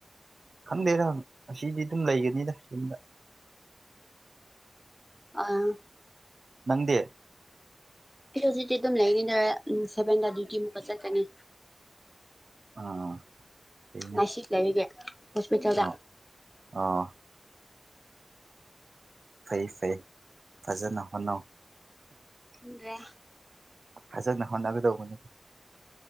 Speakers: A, on the right (about 70°); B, in the centre.
A: ꯈꯟꯗꯦꯔ ꯑꯁꯤꯗꯤ ꯑꯗꯨꯝ ꯂꯩꯒꯅꯤꯗ ꯌꯨꯝꯗ
B: ꯑꯥ
A: ꯅꯪꯗꯦ
B: ꯁꯤ ꯍꯧꯖꯤꯛꯇꯤ ꯑꯗꯨꯝ ꯂꯩꯅꯤꯗ ꯁꯦꯚꯦꯟꯗ ꯗ꯭ꯌꯨꯇꯤꯃꯨꯛꯀ ꯆꯠꯀꯅꯤ
A: ꯑꯥ ꯐꯩꯅꯦ
B: ꯉꯁꯤꯛꯂꯕꯤꯒ ꯍꯣꯁꯄꯤꯇꯥꯜꯗ
A: ꯑꯣ ꯑꯣ ꯐꯩ ꯐꯩ ꯐꯖꯅ ꯍꯣꯠꯅꯧ
B: ꯈꯪꯗ꯭ꯔꯦ
A: ꯐꯖꯅ ꯍꯣꯠꯅꯒꯗꯧꯕꯅꯤ